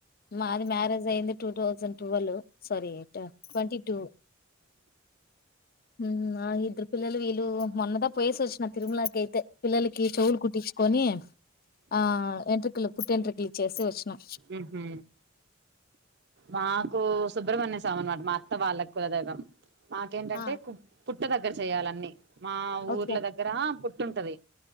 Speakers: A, on the left; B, on the right.
A: మాది మ్యారేజ్ అయింది టూ థౌజండ్ టువలు సారీ ట ట్వంటీ టు హ్మ్ ఆ ఇద్దరు పిల్లలు వీళ్ళు మొన్నదా పోయేసి వచ్చిన తిరుమలకి అయితే పిల్లలకి చెవులు కుట్టించుకొని ఆ ఎంట్రుకులు పుట్టేంట్రికలు ఇచ్చేసి వచ్చినం
B: ఊహు మాకు సుబ్రహ్మణ్య స్వాం అనమాట మా అత్త వాళ్ళకు కులదైవం మాకేంటంటే
A: ఆ
B: కు పుట్ట దగ్గర చేయాలన్నీ మా
A: ఓకే
B: ఊర్ల దగ్గర పుట్టుంటది